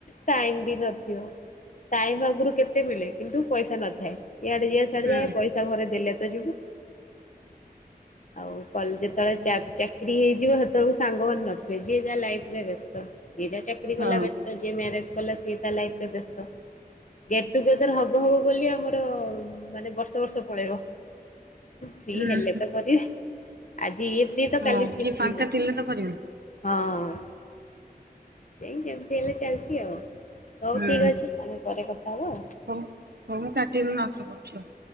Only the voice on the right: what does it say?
ହୁଁ
<inaudible>
ହଁ।
ହୁଁ
ହଁ
କିଏ
ଫାଙ୍କା
ଥିଲେ ତ କରିବେ
ହୁଁ।
ହଉ ହଉ ମୁଁ କାଟିକି <unintelligible> ଆଉଥରେ କରୁଛି ଆଉ।